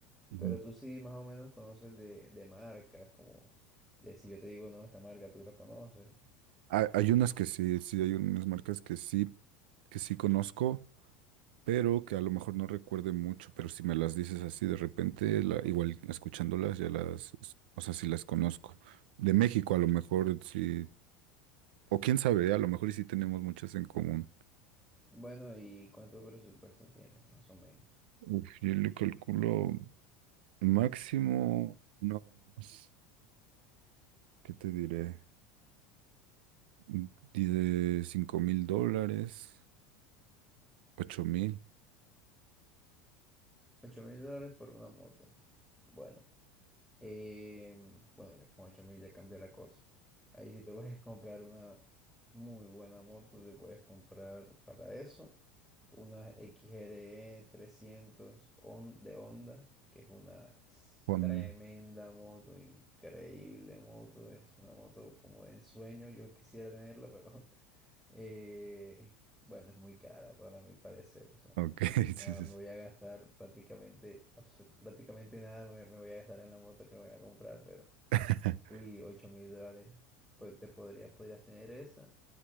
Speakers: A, on the right; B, in the centre.
A: ujú.
B: pero tú sí más o menos conoces de, de marcas, como de si yo te digo no, esta marca tú la conoces.
A: Hay, hay unas que sí, sí, hay unas marcas que sí, que sí conozco, pero que a lo mejor no recuerde mucho, pero si me las dices así de repente, la- igual escuchándolas ya las, es- o sea, sí las conozco. De México a lo mejor sí, o quién sabe, a lo mejor y sí tenemos muchas en común.
B: Bueno, ¿y cuánto presupuesto tienes más o menos?
A: Uf, yo le calculo máximo unos, ¿qué te diré? Mm, di De cinco mil dólares, ocho mil.
B: ocho mil dólares por una moto. Bueno. Eh, bueno, ya con 8000 ya cambia la cosa. Ahí si te <laughs> puedes comprar una muy buena moto, te puedes comprar para eso una XRE 300 Hon- de Honda, que es una s-
A: Juan.
B: tremenda moto, increíble moto. Es una moto como de ensueño, yo quisiera tenerla, pero <laughs> eh, bueno, es muy cara para mi parecer. O sea,
A: Ok, <laughs> sí,
B: Ah,
A: sí,
B: me
A: sí.
B: voy a gastar prácticamente, absol- prácticamente nada me, me voy a gastar en la moto que me voy a comprar, pero,
A: <laughs>
B: uy, ocho mil dólares, pues te podrías, podrías tener esa,